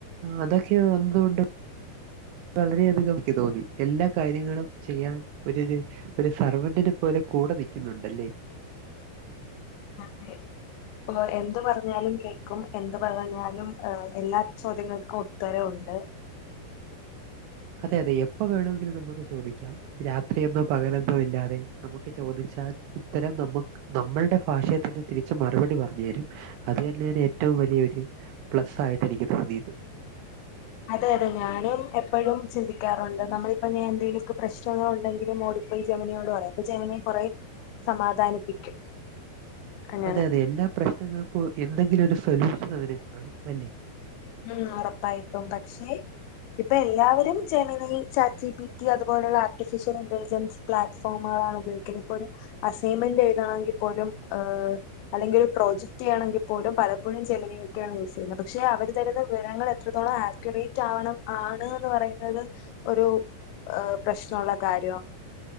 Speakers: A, on the right; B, on the left.
A: അതൊക്കെ വന്നതു കൊണ്ട് വളരെ അധികം ഇക്കി തോന്നി എല്ലാ കാര്യങ്ങളും ചെയ്യാൻ ഒര് ഒര് ഒരു സർവന്റിനെ പോലെ കൂടെ നിൽക്കുന്നുണ്ടല്ലേ
B: അതെ ഇപ്പൊ എന്ത് പറഞ്ഞാലും കേൾ ക്കും എന്ത് പറഞ്ഞാലും ഹ് എല്ലാ ചോദ്യങ്ങൾക്കും ഉത്തരമുണ്ട്
A: അതെ അതെ എപ്പോ വേണമെങ്കിലും നമുക്ക് ചോദിക്കാം രാത്രിയെന്നോ പകലെന്നോ ഇല്ലാതെ നമുക്ക് ചോദിച്ചാൽ ഉത്തരം നമുക്ക് നമ്മളുടെ ഭാഷയിൽ തന്നെ തിരിച്ച് മറുപടി പറഞ്ഞു തരും അത് തന്നെയാണ് ഏറ്റവും വലിയൊരു പ്ലസ് ആയിട്ട് എനിക്ക് തോന്നിയത്
B: അതെ അതെ ഞാനും എപ്പോഴും ചിന്തിക്കാറുണ്ട് നമ്മളിപ്പ ഞാൻ എന്തെങ്കിലുമൊക്കെ പ്രശ്നങ്ങൾ ഉണ്ടെങ്കിലും ഓടി പോയി ജമനിയോട് പറയും അപ്പൊ ജമനി കൊറെ സമാധാനിപ്പിക്കും അങ്ങനെ
A: അതെ അതെ എല്ലാ പ്രശ്നങ്ങൾക്കും എന്തെങ്കിലും ഒരു സൊല്യൂഷൻ അതിന് കാണും അല്ലേ
B: ഉം ഒറപ്പായിട്ടും പക്ഷേ ഇപ്പൊ എല്ലാവരും ജെമനി ചാറ്റ്ജിപിറ്റി അതുപോലുള്ള ആർട്ടിഫിഷ്യൽ ഇന്റലിജൻസ് പ്ലാറ്റ്ഫോമുകളാണ് ഉപയോഗിക്കുന്നത് ഇപ്പോ ഒരു അസൈൻമെന്റ് എഴുണെങ്കിൽ പോലും ഹ് അല്ലെങ്കിൽ ഒരു പ്രോജക്റ്റ് ചെയ്യണെങ്കിൽ പോലും പലപ്പോഴും ജമനിയൊക്കെയാണ് യൂസ് ചെയ്യുന്നത് പക്ഷെ അവ ര് തരുന്ന വിവരങ്ങൾ എത്രത്തോളം ആക്യുറേറ്റ് ആവണം ആണ്ന്ന് പറയുന്നത് ഒരു ആഹ് പ്രശ്നള്ള കാര്യവ